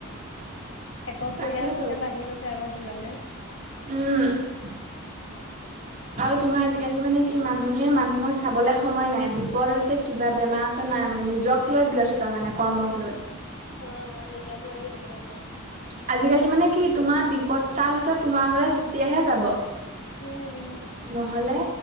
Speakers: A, on the left; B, on the right.
A: একক
B: তাকেতো
A: পৰিয়াল তেনেকেবাঢ়ি গৈছে আক' সেইটো কাৰণে।
B: উম, আৰু তোমাৰ আজিকালি মানে কি মানুহে মানুহক চাবলে সময় নাই। বিপদ হৈছে, কিবা বেমাৰ হৈছে নাই মানে নিজক লৈ ব্যস্ ব্যস্ত মানে কৰ্মক লৈ।
A: অঁ নিজক লৈ ব্যস্ত চব।
B: আজিকালি মানে কি তোমাৰ বিপদটা হৈছে তোমাৰ ঘৰত তেতিয়াহে যাব।
A: উম,
B: নহলে